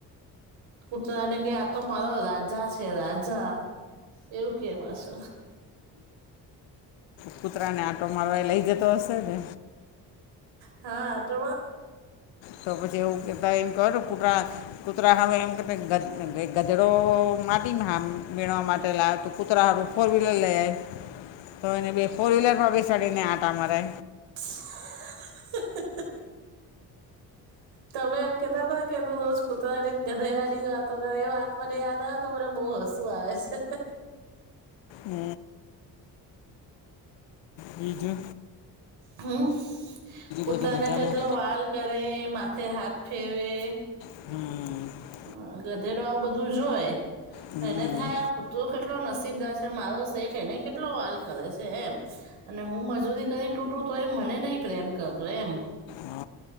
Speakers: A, on the right (about 70°); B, on the left (about 65°).
A: કૂત તને કે આતો મારો રાજ રાજા છે રાજા એવું કે પાછો
B: કૂતરા ને આંટો મારવા એ લઈ જતો હશે ને
A: હા તો
B: તો પછી એવું કહેતા એમ કર કૂતરા કૂતરા હમે એમ કેતા ભાઈ ગધડો માટીમાં વણવા માટે લાવ તો કૂતરારું ફોર વ્હીલર લઈ જાય તો એને બે ફોર વ્હીલરમાં બેસાડીને આટામાંરે
A: <inaudible> તમે એમ કેતા હતા કે તું રોજ કૂતરાનીને ગધેરાની જ વાતો કરે એ વાત મને યાદ આવે ને તો મરે બહુ હસું આવે છે
B: મ બીજો
A: હમ કૂતરાને
B: બધું મજામાં
A: તો એટલો વાલ કરે માથે હાથ ફેરવે
B: હમ
A: હ ગધેરો આવ બધું જોય
B: હમ
A: એને થાય આ કૂતરો કેટલો નસીબદાર મારો શેઠ એને કેટલો વાલ કરે છે એમ અને હું મજૂરી કરીને તૂટું તો એ મને નહી પ્રેમ કરતો એમ
B: હ